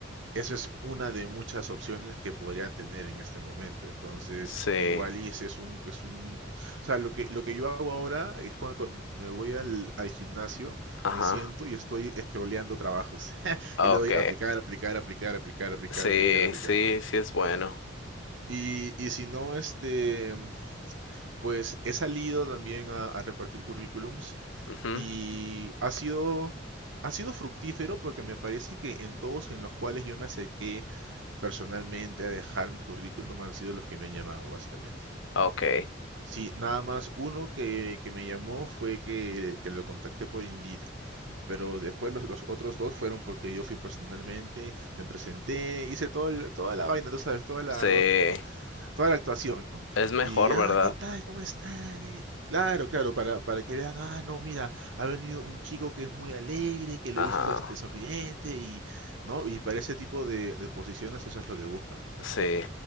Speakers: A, on the right (about 70°); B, on the left (about 85°).
A: eso es una de muchas opciones que podrían tener en este momento. Entonces,
B: sí,
A: igual y ese es un, es un, o sea, lo que, lo que yo hago ahora es cuando, cuando me voy al, al gimnasio,
B: ajá,
A: me siento y estoy scrolleando trabajos. <laughs>
B: ok,
A: Y le doy aplicar, aplicar, aplicar, aplicar, aplicar,
B: sí,
A: aplicar, aplicar.
B: sí, sí es bueno,
A: Y, y si no, este, pues he salido también a, a repartir currículums
B: mhm,
A: y ha sido, ha sido fructífero porque me parece que en todos en los cuales yo me acerqué personalmente a dejar mi currículum han sido los que me han llamado, básicamente.
B: ok,
A: Sí, nada más uno que, que me llamó fue que, que lo contacté por Indeed. Pero después los, los otros dos fueron porque yo fui personalmente, me presenté, hice todo el- toda la vaina, tú sabes, toda la,
B: sí,
A: toda la actuación, ¿no?
B: es mejor,
A: Y, ah,
B: ¿verdad?
A: ¿qué tal? ¿Cómo estás? Y- Claro, claro, para, para que vean, ah, no, mira, ha venido un chico que es muy alegre, que lo
B: Ajá,
A: hizo este, sonriente y, ¿no? Y para ese tipo de, de posiciones eso es lo que buscan.
B: sí,